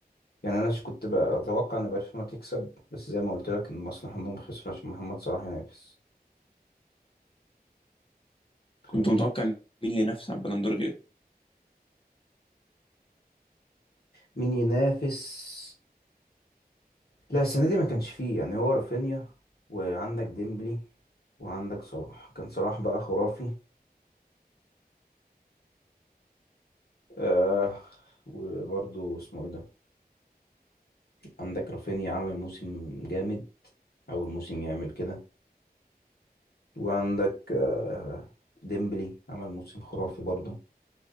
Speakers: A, on the left (about 75°); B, on the left (about 35°).
A: يعني انا ش- كنت بقى اتوقع ان برشلونة تكسب بس زي ما قلت لك ان المصلحة انهم خسروا عشان محمد صلاح ينافس
B: كنت
A: فاهمني
B: متوقع مين اللي ينافس على البالندور غيره
A: مين ينافس لا السنة دي ما كانش فيه يعني هو رافينيا وعندك ديمبلي وعندك صلاح كان صلاح بقى خرافي آه وبرضه اسمه ايه ده عندك رافينيا عمل موسم جامد اول موسم يعمل كده وعندك آه، ديمبلي عمل موسم خرافي برضه